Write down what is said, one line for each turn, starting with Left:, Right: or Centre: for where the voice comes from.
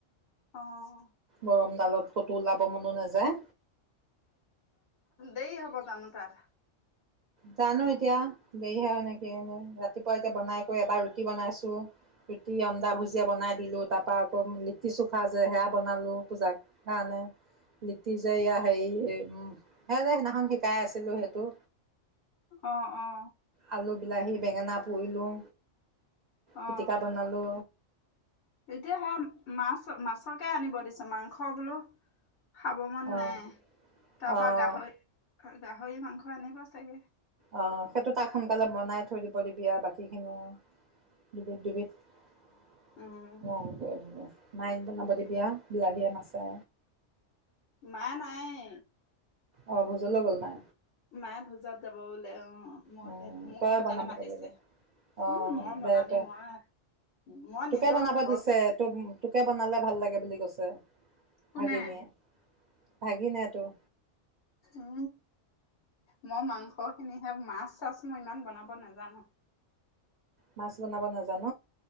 Left: অহ।
Right: গৰম ডালত ক'তো ওলাব মনো নাযায়।
Left: দেৰি হ'ব জানো তাৰ?
Right: জানো এতিয়া দেৰিহে এনেকে এনে ৰাতিপুৱা এতিয়া বনাই কৰি এবাৰ ৰুটি বনাইছোঁ ৰুটি আন্দা ভুজিয়া বনাই দিলোঁ তাৰপৰা আকৌ লিট্টি চুখা যে সেয়া বনালোঁ পূজাৰ কাৰণে লিট্টি যে এয়া হেৰি সেয় যে সেইদিনাখন শিকাই আছিলোঁ সেইটো।
Left: অহ অ
Right: আলু বিলাহী বেঙেনা পুৰিলোঁ।
Left: অ
Right: পিটিকা বনালো।
Left: এতিয়া সে মাছ মাছ। মাছকে আনিব দিছো মাংস বোলো খাব মন
Right: অঁ
Left: নাই তাৰ
Right: অঁ
Left: পৰা গাহৰি। গাহৰি মাংস আনিব চাগে
Right: অ সেইটো তাক সোনকালে বনাই থৈ দিব দিবি আৰু বাকীখিনি আৰু দুবিধ দুবিধ।
Left: উম
Right: ম হব হব মাইক বনাব দিবা বিলাহীয়ে মাছে।
Left: মা নাই।
Right: অ ভোজলৈ গ'ল মা।
Left: মায়ে ভোজত যাব বোলে অ মই
Right: উম
Left: মোক
Right: তই
Left: সেইটো
Right: বনাবগৈ
Left: কাৰণে মাতিছে
Right: লাগিব অ
Left: উম মই
Right: দে
Left: বনামি
Right: তই
Left: মই মই
Right: তোকে
Left: নিজৰ
Right: বনাব
Left: ঘৰত।
Right: দিছে তো তোকে বনালে ভাল লাগে বুলি কৈছে।
Left: কোনে
Right: ভাগিনিয়ে ভাগিনে টোৰ
Left: উ মই মাংস খিনিহে মাছ চাছ মই ইমান বনাব নাজানো।
Right: মাছ বনাব নাজান।